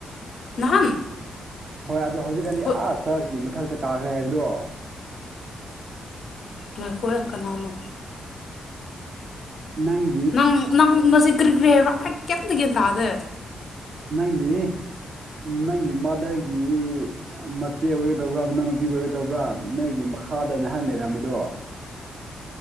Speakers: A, on the left; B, on the right.
A: ꯅꯍꯥꯟ
B: ꯍꯣꯏ ꯑꯣ ꯍꯧꯖꯤꯛꯀꯥꯟꯗꯤ
A: ꯍꯣꯏ
B: ꯑꯥ ꯆ꯭ꯔꯆꯀꯤ ꯃꯊꯛꯇ ꯀꯥꯈ꯭ꯔꯦ ꯍꯥꯏꯕꯗꯣ
A: ꯉꯥꯏꯈꯣꯍꯦ ꯀꯅꯥꯅꯣ
B: ꯅꯪ
A: ꯅꯪ ꯅꯪ <unintelligible> ꯀꯔꯤ ꯀꯔꯤ ꯍꯥꯏꯕ꯭ꯔꯥ ꯑꯩ ꯀꯩꯝꯇ ꯒ꯭ꯌꯥꯟ ꯇꯥꯗꯦ
B: ꯅꯪꯒꯤ ꯅꯪꯒꯤ ꯃꯥꯗ꯭ꯔꯒꯤ ꯃꯆꯦ ꯑꯣꯏꯒꯗꯧꯕ꯭ꯔꯥ ꯃꯅꯥꯎ ꯅꯨꯨꯄꯤ ꯑꯣꯏꯒꯗꯧꯕ꯭ꯔꯥ ꯅꯪꯒꯤ ꯃꯈꯥꯗ ꯅꯍꯥꯟ ꯂꯩꯔꯝꯕꯗꯣ